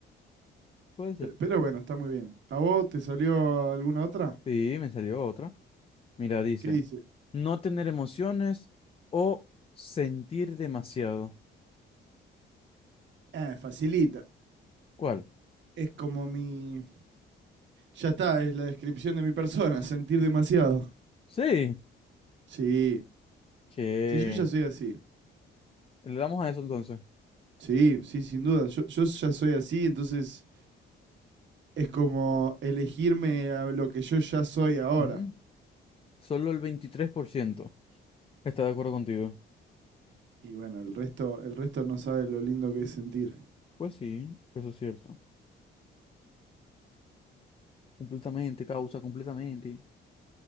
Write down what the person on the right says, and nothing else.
Pe- Pero bueno, está muy bien. ¿A vos te salió alguna otra?
¿Qué dice?
Ah, facilita.
Es como mi... Ya está, es la descripción de mi persona, sentir demasiado.
Sí,
sí, yo ya soy así.
Sí, sí, sin duda. Yo, yo ya soy así, entonces es como elegirme a lo que yo ya soy ahora.
Y bueno, el resto, el resto no sabe lo lindo que es sentir.